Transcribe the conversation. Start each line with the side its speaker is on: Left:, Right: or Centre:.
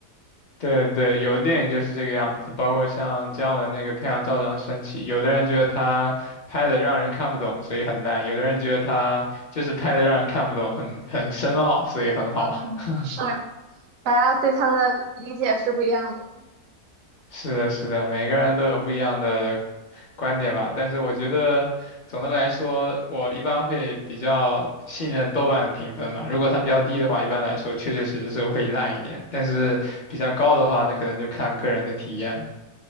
Left: 对对，有的电影就是这个样子，包括像姜文那个《太阳照常升起》，有的人觉得他拍的让人看不懂，所以很烂；有的人觉得他就是拍的让人看不懂，很很深奥，所以很好。
Right: 嗯是，
Left: <laughs>
Right: 嗯大家对它的理解是不一样的。
Left: 是的，是的，每个人都有不一样的观点吧。但是我觉得总的来说，我一般会比较信任豆瓣的评分嘛。如果它比较低的话，一般来说确确实实是会烂一点；但是比较高的话，那可能就看个人的体验了。